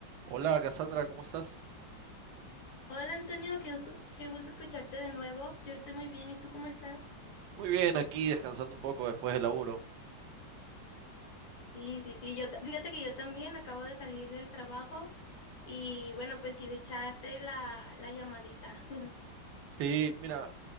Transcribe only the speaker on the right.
Hola, Cassandra, ¿cómo estás?
Muy bien, aquí descansando un poco después del laburo.
Sí, mira,